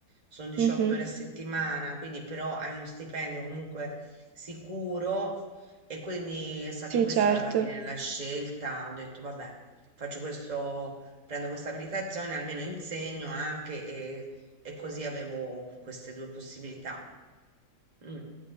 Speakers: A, on the right; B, on the right.
A: sono 18
B: Mhm.
A: ore a settimana, quindi però hai uno stipendio comunque sicuro e quindi è stata
B: Sì,
A: questa
B: certo.
A: alla fine la scelta. Ho detto, vabbè, faccio questo, prendo questa abilitazione, almeno insegno anche e, e così avevo queste due possibilità. Mm,